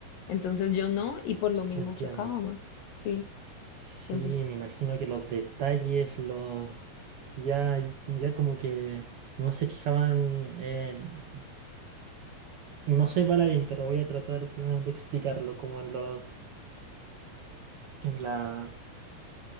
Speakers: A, on the left (about 80°); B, on the right (about 60°).
A: Entonces yo no, y por lo mismo
B: Entiendo.
A: chocábamos, sí.
B: Sí,
A: Entonces
B: me imagino que los detalles, los ya, ya como que no se fijaban en... No soy bailarín, pero voy a tratar de, de explicarlo como en los, en la,